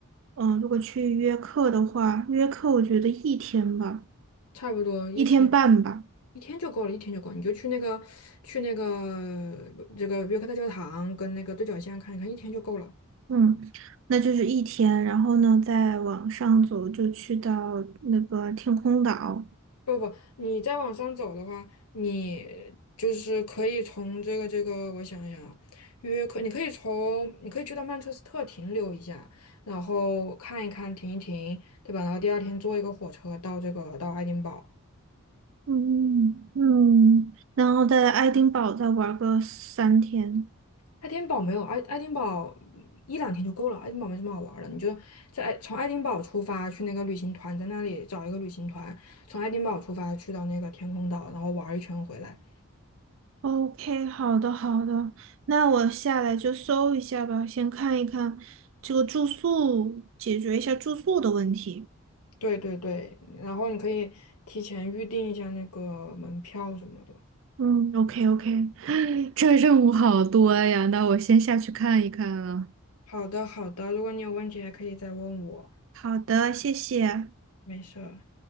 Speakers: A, on the right; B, on the left.
A: 嗯，如果去约课的话，约课我觉得一天吧，
B: 差不多一天。
A: 一天半吧，
B: 一天就够了，一天就够了，你就去那个去那个这个约克大教堂跟那个对角线看一看，一天就够了。
A: 嗯，那就是一天，然后呢，再往上走就去到那个天空岛，
B: 不不，你再往上走的话，你就是可以从这个这个，我想一想啊，约克，你可以从你可以去到曼彻斯特停留一下，然后看一看，停一停，对吧？然后第二天坐一个火车到这个到爱丁堡。
A: 嗯嗯，然后在爱丁堡再玩个三天。
B: 爱丁堡没有爱爱丁堡一两天就够了，爱丁堡没什么好玩儿的，你就在爱从爱丁堡出发去那个旅行团，在那里找一个旅行团，从爱丁堡出发去到那个天空岛，然后玩儿一圈回来。
A: OK，好的好的，那我下来就搜一下吧，先看一看这个住宿，解决一下住宿的问题。
B: 对对对，然后你可以提前预定一下那个门票什么的。
A: 嗯，OK OK。这任务好多呀，那我先下去看一看了。
B: 好的好的，如果你有问题还可以再问我，
A: 好的，谢谢。
B: 没事儿。